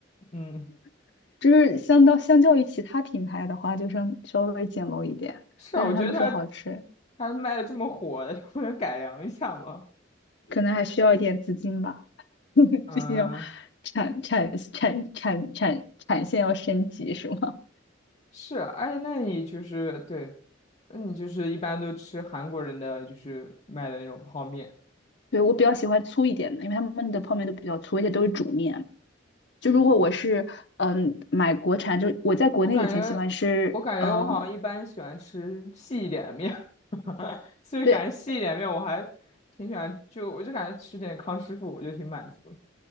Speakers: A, on the left; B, on the left.
A: 嗯，
B: <laughs> 就是相当相较于其他品牌的话，就稍稍微简陋一点，
A: 是啊，
B: 但是他们说好吃，
A: 我觉得他他卖的这么火，就不能改良一下吗？
B: 可能还需要一点资金吧。<laughs>
A: 嗯。
B: 最近要产产产产产产线要升级是吗？
A: 是啊，哎，那你就是对，那你就是一般都吃韩国人的就是卖的那种泡面
B: <laughs> 对，我比较喜欢粗一点的，因为他们的泡面都比较粗，而且都是煮面。就如果我是嗯买国产，
A: 啊。
B: 就我在国内以前喜欢吃，
A: 我感觉，我感觉我好像一般喜欢吃细一点的面，
B: 嗯，
A: <laughs> 所以感觉细一点面我还挺喜欢，
B: 对，
A: 就我就感觉吃点康师傅我就挺满足的。